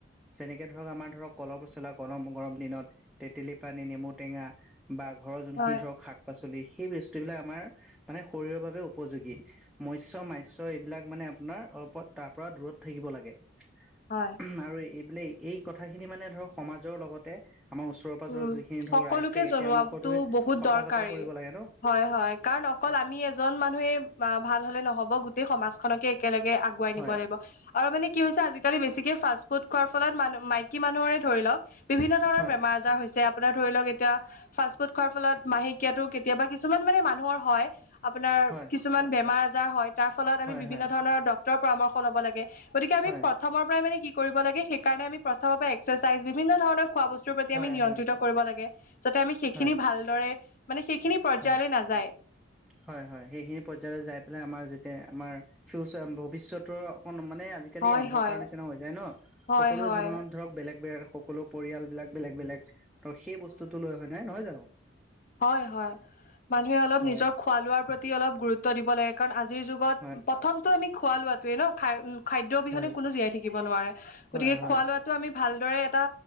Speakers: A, in the centre; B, on the left.
A: যেনেকে ধৰক আমাৰ ধৰক কলৰ-পচলা গৰম গৰম দিনত তেতেলী পানী নেমু টেঙা বা ঘৰৰ যোনখিনি
B: হয়
A: ধৰক শাক-পাচলি সেই বস্তুবিলাক আমাৰ মানে শৰীৰৰ বাবে উপযোগী মস্য-মাস্য এইবিলাক মানে আপোনাৰ অ, ওপৰত তাৰপৰা দূৰত থাকিব লাগে
B: হয়
A: উমহু আৰু এইবোলে এই কথাখিনি মানে ধৰক সমাজৰ লগতে আমাৰ ওচৰৰ-পাজৰৰ
B: উম,
A: যিখিনি
B: সকলোকে
A: ধৰক ৰাইজ থাকে
B: জনোৱাটো
A: তেওঁলোকৰ দৰে
B: বহুত
A: সজাগতা
B: দৰকাৰী।
A: কৰিব লাগে ন।
B: হয় হয়, কাৰণ অকল আমি এজন মানুহে বা ভাল হলে নহ'ব গোটেই সমাজ খনকে একেলগে আগুৱাই
A: হয়
B: নিব লাগিব আৰু মানে কি হৈছে আজিকালি বেছি বেছিকে ফাষ্ট-ফুড খোৱাৰ ফলত মানু মাইকী মানুহৰে ধৰিলওক বিভিন্ন ধৰণৰ
A: হয়
B: বেমাৰ আজা পিছে আপোনাৰ ধৰি লওক এতিয়া ফাষ্ট-ফুড খোৱাৰ ফলত মাহেকীয়াতটো কেতিয়াবা কিছুমান মানে মানুহৰ হয়, আপোনাৰ
A: হয়
B: কিছুমান বেমাৰ-আজাৰ হয় তাৰফলত আমি
A: হয়
B: বিভিন্ন
A: হয়
B: ধৰণৰ ডক ডক্টৰৰ পৰামৰ্শ ল'ব লাগে গতিকে আমি
A: হয়
B: প্ৰথমৰ পৰাই মানে কি কৰিব লাগে সেই কাৰণে আমি প্ৰথমৰ পৰাই এক্সাৰচাইজ বিভিন্ন ধৰণৰ খোৱা বস্তুৰ প্ৰতি
A: হয়
B: আমি নিয়ন্ত্ৰিত
A: হয়
B: কৰিব লাগে যাতে আমি সেইখিনি
A: হয়
B: ভালদৰে মানে সেইখিনি পৰ্যায়লৈ
A: হয়
B: নাযায়।
A: হয় হয়, সেইখিনি পৰ্যায়লৈ যাই পেলাই আমাৰ যেতিয়া আমাৰ ফিউচাৰ ভৱিষ্যতৰ অকনমান মানে আজিকালি
B: হয়
A: অন্ধকাৰ
B: হয়
A: নিচিনা হৈ যায় ন,
B: হয়
A: সকলো
B: হয়
A: জীৱনত ধৰক বেলেগ বেলেগ সকলো পৰিয়াল বিলাক বেলেগ বেলেগ ত সেই বস্তুতটো লৈ হয় নাই নহয় জানো?
B: হয় হয় মানুহে অলপ
A: হয়
B: নিজৰ খোৱা লোৱাৰ প্ৰতি অলপ গুৰুত্ব দিব লাগে, কাৰণ আজিৰ যুগত
A: হয়
B: প্ৰথমটো আমি খোৱা লোৱাতোৱে ন খাই খাদ্য অবিহনে
A: হয়
B: কোনো জীয়াই থাকিব নোৱাৰে
A: হয়
B: গতিকে
A: হয়
B: খোৱা লোৱাাতটো আমি ভাল দৰে এটা